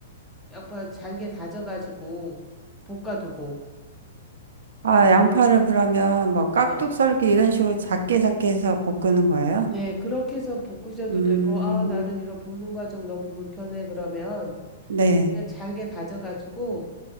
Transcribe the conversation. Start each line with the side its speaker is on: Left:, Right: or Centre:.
Centre: 양파 잘게 다져가지고 볶아두고.
Right: 아, 양파를 그러면 뭐 깍둑
Centre: 네.
Right: 썰기 이런 식으로 작게 작게 해서 볶는 거예요?
Centre: 네, 그렇게 해서 볶으셔도
Right: 음,
Centre: 되고, 아, 나는 이런 볶는 과정 너무 불편해. 그러면
Right: 네,
Centre: 그냥 잘게 다져가지고,